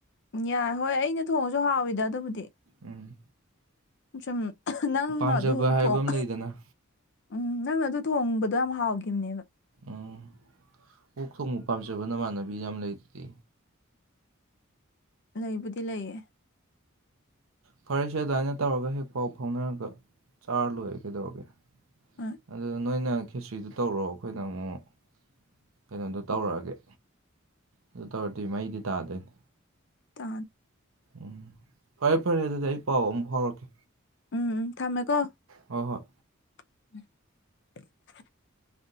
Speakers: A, on the left; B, on the right.
A: ꯌꯥꯏ ꯍꯣꯏ ꯑꯩꯅ ꯊꯣꯡꯉꯖꯨ ꯍꯥꯎꯋꯤꯗꯥ ꯑꯗꯨꯕꯨꯗꯤ
B: ꯎꯝ
A: ꯁꯨꯝ ꯅꯪꯅ
B: ꯄꯥꯝꯖꯕ
A: ꯑꯗꯨ
B: ꯍꯥꯏꯕ
A: ꯊꯣꯡ
B: ꯑꯃ ꯂꯩꯗꯅ
A: ꯎꯝ ꯅꯪꯅ ꯑꯗꯨ ꯊꯣꯡꯕ ꯌꯥꯝ ꯍꯥꯎꯒꯤꯝꯅꯦꯕ
B: ꯎꯝ ꯑꯣꯛ ꯊꯣꯡꯕ ꯄꯥꯝꯖꯕ ꯅꯃꯥꯟꯅꯕꯤ ꯌꯥꯝ ꯂꯩꯗꯨꯗꯤ
A: ꯂꯩꯕꯨꯗꯤ ꯂꯩꯌꯦ
B: ꯐꯔꯦꯁꯦ ꯑꯗꯨꯃꯥꯏꯅ ꯇꯧꯔꯒ ꯍꯦꯛ ꯄꯥꯎ ꯐꯥꯎꯅꯔꯒ ꯆꯥꯔ ꯂꯣꯏꯔꯦ ꯀꯩꯗꯧꯔꯒꯦ
A: ꯑ
B: ꯑꯗꯨꯗ ꯅꯣꯏꯅ ꯈꯦꯆ꯭ꯔꯤꯗꯣ ꯇꯧꯔꯛꯑꯣ ꯑꯩꯈꯣꯏꯅ ꯑꯃꯨꯛ ꯀꯩꯅꯣꯗꯣ ꯇꯧꯔꯛꯑꯒꯦ ꯑꯗꯨ ꯇꯧꯔꯗꯤ ꯃꯍꯩꯗꯤ ꯇꯥꯗꯣꯏꯅꯤ
A: ꯇꯥ
B: ꯎꯝ ꯐꯔꯦ ꯐꯔꯦ ꯑꯗꯨꯗꯤ ꯑꯩ ꯄꯥꯎ ꯑꯃꯨꯛ ꯐꯥꯎꯔꯛꯀꯦ
A: ꯎꯝ ꯎꯝ ꯊꯝꯃꯦꯀꯣ
B: ꯍꯣꯏ ꯍꯣꯏ
A: <inaudible>